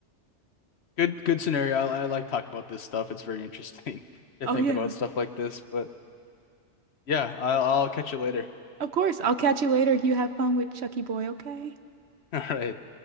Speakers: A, on the left (about 65°); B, on the right (about 65°).
A: good good scenario. I, I like talk about this stuff. It's very interesting <laughs> to
B: Oh,
A: think
B: yeah.
A: about stuff like this. But yeah, I'll I'll catch you later. <laughs>
B: Of course. I'll catch you later. You have fun with Chucky Boy, okay?
A: All right.